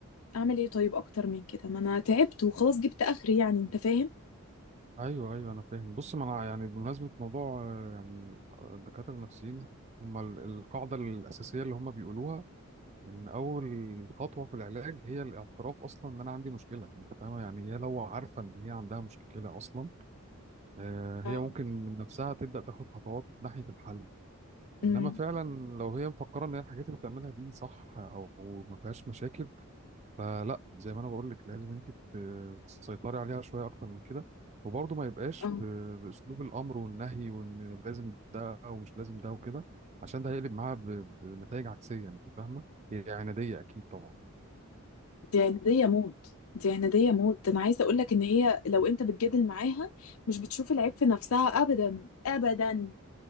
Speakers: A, on the left (about 80°); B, on the right (about 30°).
A: اعمل ايه طيب اكتر من كده ما انا تعبت وخلاص جبت اخري يعني انت فاهم
B: ايوه ايوه انا فاهم بص ما انا يعني بمناسبه موضوع آه، يعني آه، الدكاتره النفسيين هم ال- القاعده الاساسيه اللي هم بيقولوها ان اول خطوه في العلاج هي الاعتراف اصلا ان انا عندي مشكله انت فاهمه يعني هي لو عارفه ان هي عندها مشكله اصلا آه،
A: اه
B: هي ممكن من نفسها تبدا تاخد خطوات ناحيه الحل
A: امم
B: انما فعلا لو هي مفكره ان هي الحاجات اللي بتعملها دي صح او ما فيهاش مشاكل فلا زي ما انا بقول لك لازم انت ت- تسيطري عليها شويه اكتر من كده وبرضه ما يبقاش
A: اه
B: ب- باسلوب الامر والنهي وان لازم ده ومش لازم ده وكده عشان ده هيقلب معاها ب- بنتائج عكسيه انت فاهمه هي عناديه اكيد طبعا
A: دي عنادية موت دي عنادية موت انا عايزة اقولك ان هي لو
B: ما
A: انت بتجادل معاها مش بتشوف العيب في نفسها ابدا ابدا